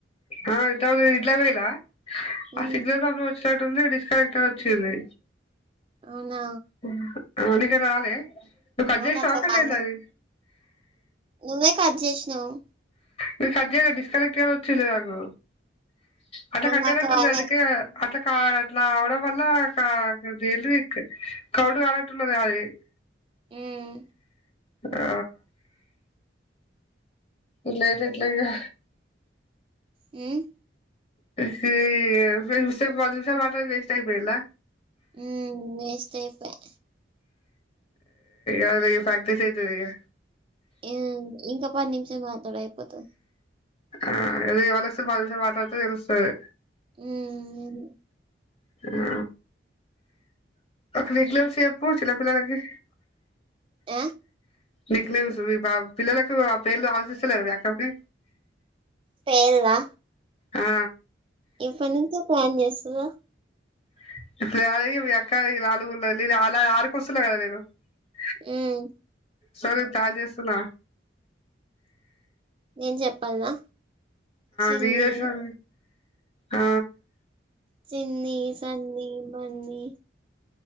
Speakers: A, on the left; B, on the right.
A: ఆ ఇట్లపోయిరి ఇట్లాపోయిర్ర
B: ఉమ్
A: ఆ signal problem was suddenly disconnect అని వచ్చింది
B: అవునా
A: మ్మ్ ఆ నీక్ రాలే నువ్ కట్
B: నాకు
A: జేసినవా
B: అట్లా
A: కట్
B: రాలే
A: అయిందా అది
B: నువ్వే కట్ చేసినవ్
A: నేన్ కట్ చేయాలె డిస్కనెక్ట్ అని వచ్చింది నాకు అట్ల
B: మరి
A: కట్టైనటుంది
B: నాకు రాలే
A: అందుకే అట్ల కాల్ అట్లా అవడం వల్ల డెలీ కౌంట్ కానట్టునది అది
B: ఉమ్
A: ఆ ఇట్లైతే ఎట్లీగా
B: మ్
A: సి ఇంతసేపు పది నిమిషాలు మాట్లాడింది వేస్ట్ అయిపోయిందా
B: ఉ వేస్ట్ఐపాయ్
A: అ అది ప్రాక్టీీస్ అయితది ఇగ
B: ఉం ఇంకా పది నిమిషాలు మాట్లాడు అయిపోతది
A: ఆ అదే ఇవాళ సుత పది నిమిషాలు మాట్లాడితే తెలుస్తది
B: ఉమ్
A: ఆ ఒక నిక్నేమ్స్ చెప్పు చిన్న పిల్లలకి
B: అ
A: నిక్నేమ్స్ మీ బా పిల్లలకు ఆ పేర్లు ఆలోచిస్తలేరా మీ అక్కకి
B: పేల్లా
A: ఆ
B: ఇప్పటి నుంచే ప్లాన్ చేస్తుర
A: <unintelligible>
B: హ్మ్
A: సరే కాల్ చేస్తున్న
B: నేను చెప్పాల్నా చిన్ని
A: విడియో శాల్ ఆ
B: చిన్ని సన్న బన్నీ